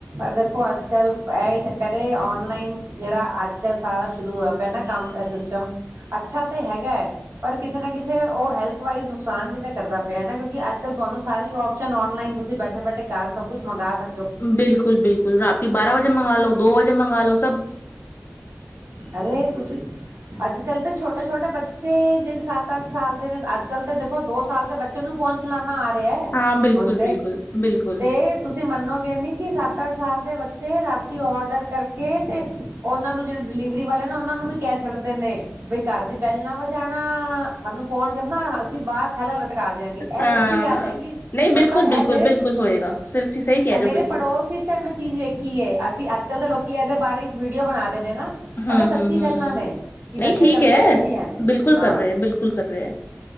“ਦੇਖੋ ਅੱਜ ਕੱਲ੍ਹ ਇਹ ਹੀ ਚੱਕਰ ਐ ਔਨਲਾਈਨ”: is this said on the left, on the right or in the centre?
Right